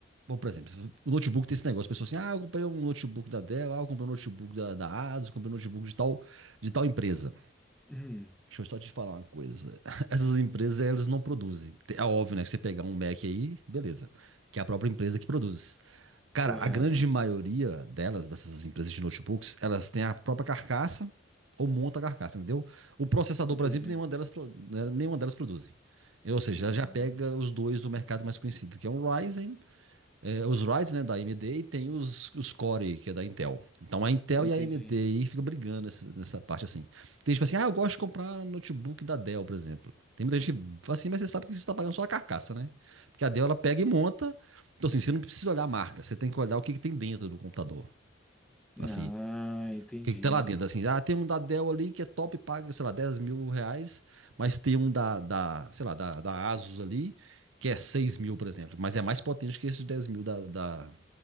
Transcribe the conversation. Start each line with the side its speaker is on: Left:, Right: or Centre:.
Right: Bom, por exemplo, o notebook tem esse negócio, a pessoa assim, ah, eu comprei um notebook da Dell, ah, eu comprei um notebook da, da Asus, eu comprei um notebook de tal, de tal empresa.
Centre: Hum,
Right: Deixa eu só te falar uma coisa, <laughs> essas empresas, elas não produzem. É óbvio, né, que você pegar um Mac aí, beleza, que é a própria empresa que produz. Cara,
Centre: correto,
Right: a grande maioria delas, dessas empresas de notebooks, elas têm a própria carcaça ou monta a carcaça, entendeu? O processador,
Centre: entendi.
Right: por exemplo, nenhuma delas, pro- né, nenhuma delas produzem. Ou seja,
Centre: Ah,
Right: ela já pega os dois do mercado mais conhecido, que é um Ryzen é, os rides, né, da AMD e tem os, os Core, que é da Intel. Então a Intel
Centre: entendi.
Right: e a AMD aí fica brigando nessa, nessa parte assim. Tem gente que fala assim, ah, eu gosto de comprar notebook da Dell, por exemplo. Tem muita gente que fala assim, mas você sabe que você está pagando só a carcaça, né? Porque a Dell ela pega e monta. Então assim, você não precisa olhar a marca, você tem que olhar o que, que tem dentro do computador. Assim,
Centre: Ah,
Right: o
Centre: entendi.
Right: que, que tem lá dentro? Assim, ah, tem um da Dell ali que é top, paga, sei lá, 10 mil reais, mas tem um da, da sei lá, da, da Asus ali que é 6 mil, por exemplo, mas é mais potente que esse de 10 mil da, da,